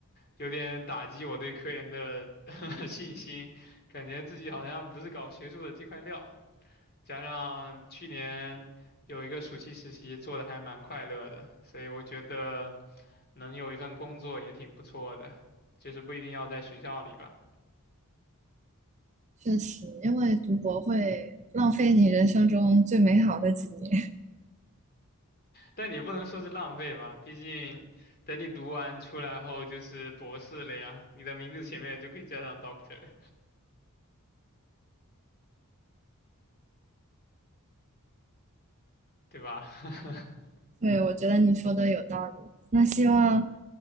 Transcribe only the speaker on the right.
确实，因为读博会浪费你人生中最美好的几年。
对，我觉得你说的有道理。那希望，